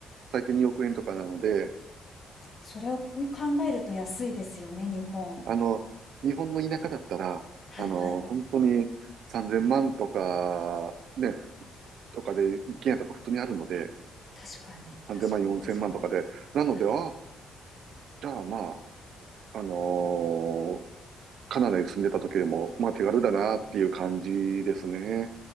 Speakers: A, on the right; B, on the left.
A: 最低2億円とかなので、
B: それを考えると安いですよね、日本。
A: あの、日本の田舎だったら、
B: はいはい。
A: あの、本当に3000万とか、ね、とかで、一軒家とか普通にあるので、
B: 確かに、
A: 3000万、
B: 確かに、
A: 4000万とかで。
B: 確かに。
A: なので、
B: はい。
A: あ、じゃあまあ、あのーカナダに住んでた時でも、まあ手軽だなっていう感じですね。